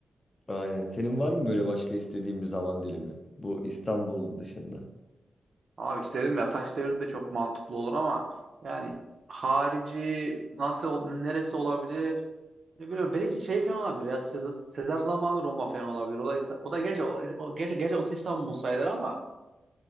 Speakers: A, on the left (about 25°); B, on the right (about 55°).
A: Aynen. Senin var mı böyle başka istediğin bir zaman dilimi? Bu İstanbul dışında.
B: Abi işte dedim ya taş devri de çok mantıklı olur ama yani harici nasıl ol- neresi olabilir? Ne bileyim belki şey falan olabilir ya Sezar, Sezar zamanı Roma falan olabilir. O da İsta- o da gerçi o, o gerçi, gerçi o da İstanbul sayılır ama